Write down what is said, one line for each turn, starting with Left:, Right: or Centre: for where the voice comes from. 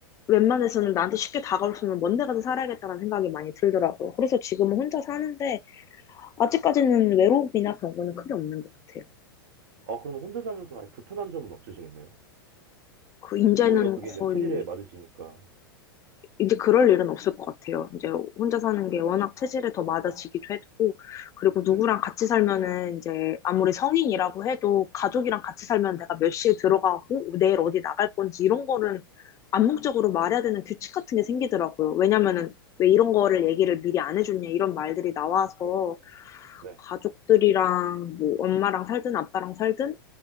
Left: 웬만해서는 나한테 쉽게 다가올 수 있는 먼데 가서 살아야겠다는 생각이 많이 들더라고요. 그래서 지금은 혼자 사는데 아직까지는 외롭이나 그런 거는 크게 없는 것 같아요.
Right: 아, 그럼 혼자 살면서 아예 불편한 점은 없으시겠네요?
Left: 그 이제는
Right: 오히려 그게
Left: 거의
Right: 이제 체질에 맞으시니까.
Left: 이제 그럴 일은 없을 것 같아요. 이제 혼자 사는 게 워낙 체질에 더 맞아지기도 했고, 그리고 누구랑
Right: 네,
Left: 같이 살면은 이제 아무리 성인이라고 해도 가족이랑 같이 살면 내가 몇 시에 들어가고 내일 어디 나갈 건지 이런 거는 암묵적으로 말해야 되는 규칙 같은 게 생기더라고요. 왜냐면은 왜 이런 거를 얘기를 미리 안 해줬냐 이런 말들이 나와서
Right: 네.
Left: 가족들이랑 뭐 엄마랑 살든 아빠랑 살든